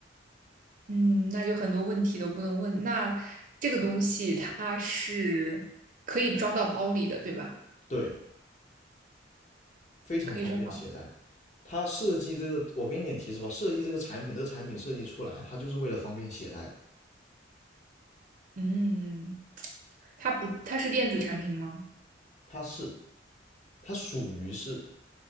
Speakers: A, on the right; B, on the left.
A: 嗯，那就很多问题都不能问。那这个东西它是可以装到包里的，对吧？
B: 对，非常方便携带。
A: 可以装到，
B: 它设计这个，我给你点提示吧，设计这个产品，这个产品设计出来，它就是为了方便携带的，
A: 嗯，它不，它是电子产品吗？
B: 它是。它属于是，